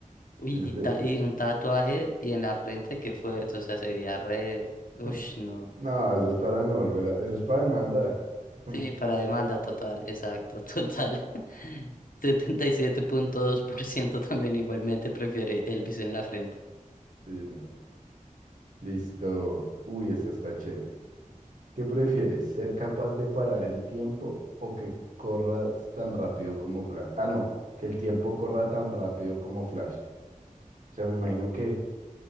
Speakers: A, on the left (about 80°); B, on the right (about 70°).
A: Uy,
B: Eso
A: y,
B: sería-
A: ta- y un tatuaje y en la frente, qué fuerte. O sea, sería re. Ush,
B: <laughs>
A: no.
B: No, eso es para no volver a... Eso es para demanda. <laughs>
A: Sí, para demanda total, exacto, total. <laughs> Setenta y siete punto dos por ciento también igualmente prefiere Elvis en la frente.
B: Sí, no. Listo. Uy, esta está chévere. ¿Qué prefieres? ¿Ser capaz de parar el tiempo o que corras tan rápido como Flash? Ah, no, que el tiempo corra tan rápido como Flash. O sea, me imagino que